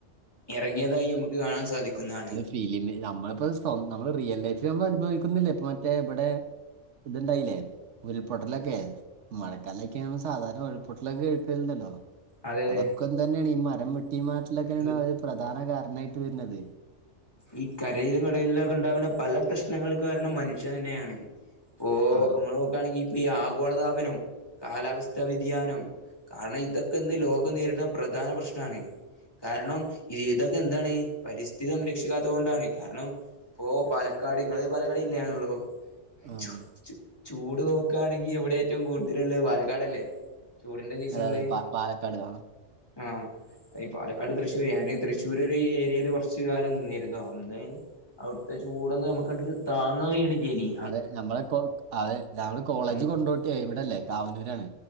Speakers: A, on the left; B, on the right.
A: ഇറങ്ങിയതായി നമുക്ക് കാണാൻ സാധിക്കുന്നതാണ്.
B: ഫിലിമി നമ്മളിപ്പ നമ്മൾ റിയൽ ലൈഫിൽ നമ്മൾ അനുഭവിക്കുന്നില്ല ഇപ്പൊ മറ്റേ ഇവിടെ. ഇത്ണ്ടായില്ലേ ഉരുൾപൊട്ടലൊക്കെ. മഴക്കാലൊക്കെ ആകുമ്പോ സാധാരണ ഉരുൾപൊട്ടലൊക്കെ കേൾക്കലുണ്ടല്ലോ.
A: അതെ അതെ
B: അതൊക്കെന്തെന്നേണ് ഈ മരം വെട്ടി മാറ്റിലൊക്കെയാണ്
A: അത്
B: ഒരു പ്രധാന കാരണമായിട്ട് വരുന്നത്.
A: ഈ കരയിലും കടയിലിലും ഒക്കെ ഉണ്ടാവുന്ന പല പ്രശ്നങ്ങൾക്ക് കാരണം മനുഷ്യൻ തന്നെയാണ്. ഓഹ്
B: ആ
A: നമ്മൾ നോക്കയാണെങ്കിൽ ഇപ്പൊ ഈ ആഗോളതാപനം കാലാവസ്ഥ വ്യതിയാനം. കാരണം ഇതൊക്കെ ഇന്ന് ലോകം നേരിടുന്ന പ്രധാന പ്രശ്നാണ് കാരണം ഇതൊക്കെ എന്താണ്. പരിസ്ഥിതി സംരക്ഷിക്കാത്ത കൊണ്ടാണ് കാരണം ഇപ്പൊ പാലക്കാട് ഇങ്ങൾ പലക്കാട് ജില്ലാണല്ലോ.
B: ഉം.
A: ചു ചു ചൂട് നോക്കാണെങ്കി എവിടെ ഏറ്റവും കൂടുതലുള്ളത് പാലക്കാടല്ലേ. ചൂടിന്റെ സീസൺല്.
B: അതെ അതെ പാ- പാലക്കാട് ആ
A: ആഹ് ഈ പാലക്കാട് തൃശ്ശൂര് ഞാൻ തൃശൂര് ഒരു ഏരിയയില്. കുറച്ച്കാലം നിന്നിരുന്നു അന്ന് അവിടുത്തെ ചൂടന്ന് നമുക്കണ്ട് താങ്ങാൻ കഴിയണ്ല്ലേനി.
B: അതെ നമ്മളിപ്പോ അതെ രാവിലെ കോളേജ്
A: അന്ന്
B: കൊണ്ടോട്ടി ഇവിടെല്ലേ കാവനൂരാണ്.